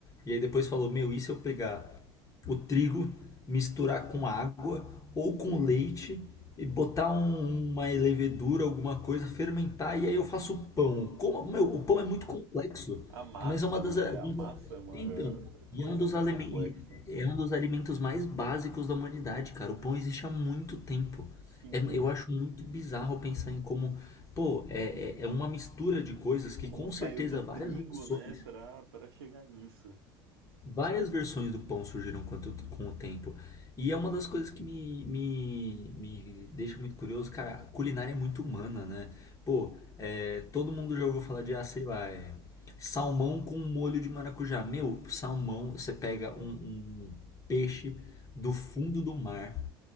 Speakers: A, on the left; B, on the right.
A: E aí depois falou, meu, e se eu pegar o trigo, misturar com água ou com leite e botar um- uma levedura, alguma coisa, fermentar e aí eu faço pão. Como, meu, o pão é muito complexo,
B: A massa,
A: mas é uma das
B: né?
A: eh, dos-
B: A massa é uma
A: então, e
B: coisa
A: é um dos
B: muito
A: alimentos,
B: complexa.
A: é um dos alimentos mais básicos da humanidade, cara. O pão existe há muito tempo.
B: Sim,
A: É- eu acho muito bizarro pensar em como, pô, é, é, é uma mistura de coisas que
B: como
A: com
B: saiu
A: certeza
B: do trigo,
A: várias versões
B: né, pra, pra chegar nisso.
A: Várias versões do pão surgiram quanto- com o tempo. E é uma das coisas que me, me, me deixa muito curioso, cara, a culinária é muito humana, né? Pô, é, todo mundo já ouviu falar de, ah, sei lá, é, salmão com molho de maracujá. Meu, salmão, você pega um, um peixe do fundo do mar,